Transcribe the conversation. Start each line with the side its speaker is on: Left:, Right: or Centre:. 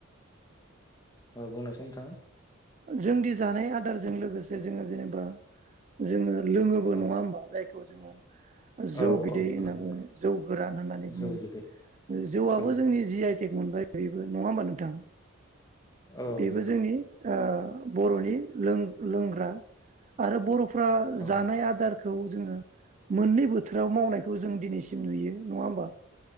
Left: औ बुंनायसै नोंथांङा।
Right: जोंदि जानाय आदारजों लोगोसे जोंङो जेनेबा जोंङो। लोङोबो
Left: औ
Right: नङा होमबा? जायक। बेखौ जोङो। जौ
Left: औ
Right: बिदै
Left: औ
Right: होनना
Left: नंगौ नंगौ
Right: बुंङो जौ गोरान होननानै बुङो
Left: जौ बिदै
Right: जौआबो
Left: औ
Right: जोंनि जि आइत। टेग मोनबाय थायोब्ला नङा होमबा नोंथां?
Left: औ।
Right: बेबो जोंनि ओ बर'नि लोंग-लोंग्रा आरो बर'फो। फ्रा
Left: औ
Right: जानाय आदारख। खौ जोंङो मोननै बोथोराव मावनायखौ जों दिनैसिम नुयो। नङा होमबा?